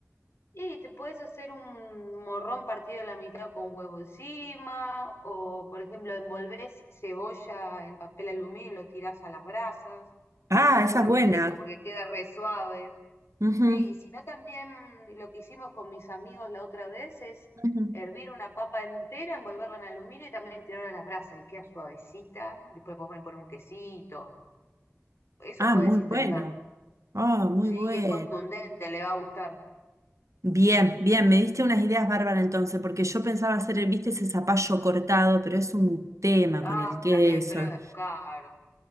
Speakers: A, on the left (about 55°); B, on the right (about 70°).
A: Y te puedes hacer un morrón partido a la mitad con huevo encima, o por ejemplo, envolvés cebolla en papel aluminio y lo tirás a las brasas.
B: Ah,
A: Esa es
B: esa
A: una
B: es
A: muy
B: buena.
A: rica porque queda re suave.
B: Ujú,
A: Sí, y si no también lo que hicimos con mis amigos la otra vez es
B: ujú.
A: hervir una papa entera, envolverla en aluminio y también tirarla a las brasas y queda suavecita. Después podemos poner un quesito. Eso
B: Ah,
A: puedes
B: muy
A: intentar.
B: bueno. Ah, muy
A: Sí,
B: bueno.
A: y es contundente, le va a gustar.
B: Bien, bien, me diste unas ideas bárbaras entonces, porque yo pensaba hacer, viste, ese zapallo cortado, pero es un tema
A: Ah,
B: con el queso,
A: también, pero es caro.